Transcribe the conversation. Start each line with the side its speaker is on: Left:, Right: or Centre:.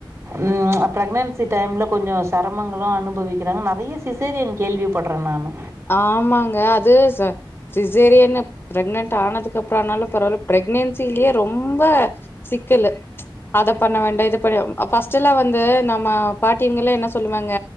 Right: ம் ம் ப்ரக்னன்சி டைம்ல கொஞ்சம் சிரமங்களும் அனுபவிக்கிறாங்க நிறைய சிசேரியன் கேள்விப்பட்றேன் நானு
Left: ஆமாங்க அது சிசேரியன்னு பிரெக்னன்ட் ஆனதுக்கு அப்புறம் ஆனாலும் பரவால்ல பிரெக்னன்சிலயே ரொம்ப சிக்கல் அத பண்ண வேண்டாம் இத பண்ண பர்ஸ்ட் எல்லாம் வந்து நம்ம பாட்டிவங்க எல்லாம் என்ன சொல்லுவாங்க